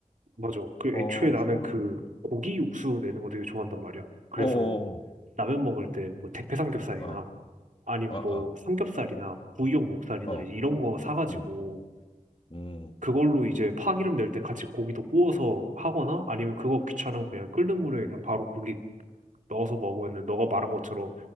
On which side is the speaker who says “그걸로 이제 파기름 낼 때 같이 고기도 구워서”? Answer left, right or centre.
Right